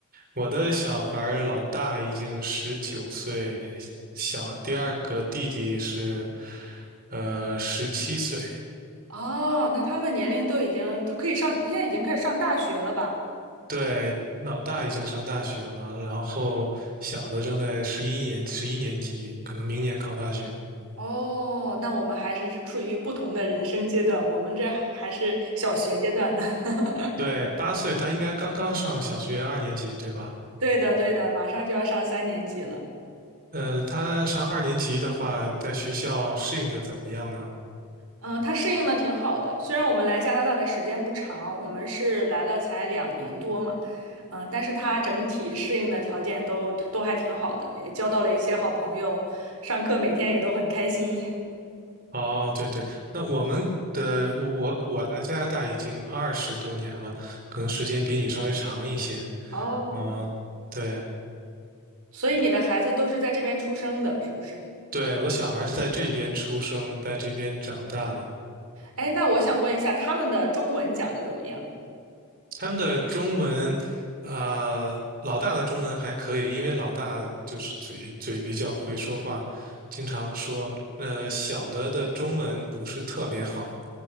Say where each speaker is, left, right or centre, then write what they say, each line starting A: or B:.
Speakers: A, on the right; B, on the right.
A: 我的小孩儿老大已经十九岁，小第二个弟弟是呃十七岁。
B: 哦，那他们年龄都已经都可以上，现在已经开始上大学了吧？
A: 对，老大已经上大学了，然后小的正在十一年十一年级，可能明年考大学。
B: 哦，那我们还是处于不同的人生阶段，我们这还是小学阶段呢。<laughs>
A: 对，八岁他应该刚刚上小学二年级，对吧？
B: 对的，对的，马上就要上三年级了。
A: 呃，他上二年级的话，在学校适应的怎么样呢？
B: 嗯，他适应的挺好的，虽然我们来加拿大的时间不长，我们是来了才两年多嘛，嗯，但是他整体适应的条件都都还挺好的，也交到了一些好朋友，上课每天也都很开心。
A: 哦，对对，那我们的我我我来加拿大已经二十多年了，可能时间比你稍微长一些。
B: <laughs> 哦。
A: 嗯、对
B: 所以你的孩子都是在这边出生的，是不是？
A: 对，我的小孩是在这边出生，在这边长大的。
B: 哎，那我想问一下，他们的中文讲的怎么样？
A: 他们的中文，呃，老大的中文还可以，因为老大就是嘴嘴比较会说话，经常说。呃，小的的中文不是特别好，